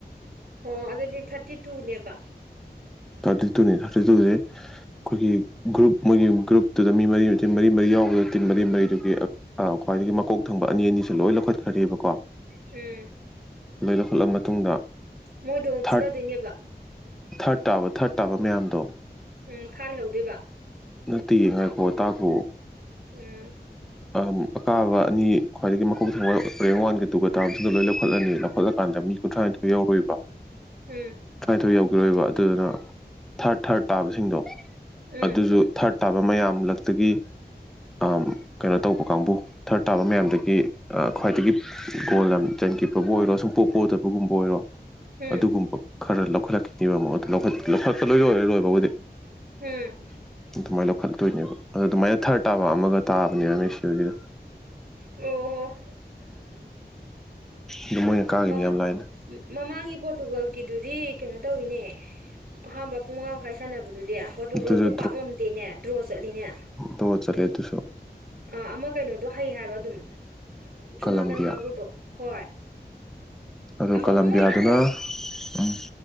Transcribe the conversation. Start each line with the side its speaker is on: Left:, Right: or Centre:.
Right: ꯑꯣ ꯑꯗꯨꯗꯤ ꯊꯔꯇꯤ ꯇꯨꯅꯦꯕ
Centre: ꯊꯔꯇꯤ ꯇꯨꯅꯦ ꯊꯥꯔꯇꯤ ꯇꯨꯖꯦ ꯑꯩꯈꯣꯏꯒꯤ ꯒ꯭ꯔꯨꯞ ꯃꯣꯏꯒꯤ ꯒ꯭ꯔꯨꯞꯇꯨꯗ ꯃꯤ ꯃꯔꯤ ꯑꯣꯢꯗꯤ ꯇꯤꯝ ꯃꯔꯤ ꯃꯔꯤ ꯌꯥꯎꯕꯗ ꯇꯤꯝ ꯃꯔꯤ ꯃꯔꯤꯗꯨꯒꯤ ꯑ ꯈ꯭ꯋꯥꯏꯗꯒꯤ ꯃꯀꯣꯛ ꯊꯪꯕ ꯑꯅꯤ ꯑꯅꯤꯁꯦ ꯂꯣꯏ ꯂꯧꯈꯠꯈ꯭ꯔꯦꯕ
Right: ꯎꯝ
Centre: ꯂꯣꯏ ꯂꯧꯈꯠꯂꯕ ꯃꯇꯨꯡꯗ
Right: ꯃꯣꯏꯗꯣ ꯑꯃꯨꯛ
Centre: ꯊꯥꯔꯠ
Right: ꯐꯨꯅꯗꯣꯏꯅꯦꯕ
Centre: ꯊꯥꯔꯠ ꯇꯥꯕ ꯊꯥꯔꯠ ꯇꯥꯕ ꯃꯌꯥꯝꯗꯣ
Right: ꯎꯝ ꯃꯈꯥ ꯂꯩꯍꯧꯗꯣꯏꯕ
Centre: ꯅꯠꯇꯤꯌꯦ ꯉꯥꯏꯈꯣ ꯇꯥꯈꯨꯑꯣ
Right: ꯎꯝ
Centre: ꯑꯥꯥꯝ ꯑꯀꯥꯕ ꯑꯅꯤ ꯈ꯭ꯋꯥꯏꯗꯒꯤ ꯃꯈꯣꯛ ꯊꯪꯕ ꯔꯦꯡꯛ ꯋꯥꯟꯒ ꯇꯨꯒ ꯇꯥꯕꯁꯤꯡꯗꯣ ꯂꯣꯏ ꯂꯧꯈꯠꯂꯅꯤ ꯂꯧꯈꯠꯂ ꯀꯥꯟꯗ ꯃꯤ ꯀꯨꯟꯊ꯭ꯔꯥꯅꯤꯊꯣꯏ ꯌꯧꯔꯣꯏꯕ
Right: ꯎꯝ
Centre: ꯀꯨꯟꯊ꯭ꯔꯥꯅꯤꯊꯣꯏ ꯌꯧ ꯂꯣꯏꯕ ꯑꯗꯨꯗꯨꯅ ꯊꯔꯠ ꯊꯔꯠ ꯇꯥꯕꯁꯤꯡꯗꯣ
Right: ꯎꯝ
Centre: ꯑꯗꯨꯖꯨ ꯊꯔꯠ ꯇꯥꯕ ꯃꯌꯥꯝꯂꯛꯇꯒꯤ ꯑꯝ ꯀꯩꯅꯣ ꯇꯧꯕ ꯀꯥꯡꯕꯨ ꯊꯔꯠ ꯇꯥꯕ ꯃꯌꯥꯝꯗꯒꯤ ꯑ ꯈ꯭ꯋꯥꯏꯗꯒꯤ ꯒꯣꯜ ꯌꯥꯝ ꯆꯟꯈꯤꯕꯕꯨ ꯑꯣꯏꯔꯣ ꯁꯨꯡꯄꯣ ꯄꯣꯗꯕꯒꯨꯝꯕ ꯑꯣꯏꯔꯣ
Right: ꯎꯝ
Centre: ꯑꯗꯨꯒꯨꯝꯕ ꯈꯔ ꯂꯧꯈꯠꯂꯛꯈꯤꯅꯦꯕ ꯑꯃꯨꯛ ꯑꯗꯨ ꯂꯧꯈꯠ ꯂꯧꯈꯠꯄ ꯂꯣꯏ ꯂꯣꯏꯔꯦ ꯂꯣꯏꯕꯕꯨꯗꯤ
Right: ꯎꯝ
Centre: ꯑꯗꯨꯃꯥꯏꯅ ꯂꯧꯈꯠꯂꯛꯇꯣꯏꯅꯦꯕ ꯑꯗꯨ ꯑꯗꯨꯃꯥꯏꯅ ꯊꯥꯔꯠ ꯇꯥꯕ ꯑꯃꯒ ꯇꯥꯕꯅꯦꯕ ꯃꯦꯁꯤꯍꯣꯏꯒꯤꯗꯣ
Right: ꯑꯣ
Centre: ꯑꯗꯨ
Right: ꯑꯣ
Centre: ꯃꯣꯏꯅ ꯀꯥꯈꯤꯅꯤ
Right: ꯃꯃꯥ
Centre: ꯌꯥꯝ ꯂꯥꯏꯅ
Right: ꯃꯃꯥꯡꯒꯤ ꯄꯣꯔꯇꯨꯒꯜꯒꯤꯗꯨꯗꯤ ꯀꯩꯅꯣ ꯇꯧꯋꯤꯅꯦ ꯑꯍꯥꯝꯕ ꯄꯨꯡ ꯃꯉꯥ ꯃꯈꯥꯏ ꯁꯥꯟꯅꯕꯗꯨꯗꯤ ꯄꯣꯔꯇꯨꯒꯜꯗꯣ
Centre: ꯑꯗꯨꯁꯨ
Right: ꯄꯥꯛ ꯉꯝꯗꯦꯅꯦ ꯗ꯭ꯔꯣ ꯆꯠꯂꯤꯅꯦ
Centre: ꯗꯣ ꯆꯠꯂꯦ ꯗꯨꯁꯨ
Right: ꯑ ꯑꯃ ꯀꯩꯅꯣꯗꯣ ꯍꯩ ꯍꯥꯏꯕ ꯑꯗꯨꯝ ꯁꯣꯝ
Centre: ꯀꯂꯝꯕꯤꯌꯥ
Right: ꯅꯥꯀꯟ ꯀꯥꯡꯕꯨꯨꯗꯣ ꯍꯣꯏ
Centre: ꯑꯗꯣ
Right: ꯑꯃ
Centre: ꯀꯂꯝꯕꯤꯌꯥꯗꯨꯅ
Right: ꯃꯣꯏ ꯑꯗꯣ
Centre: ꯎꯝ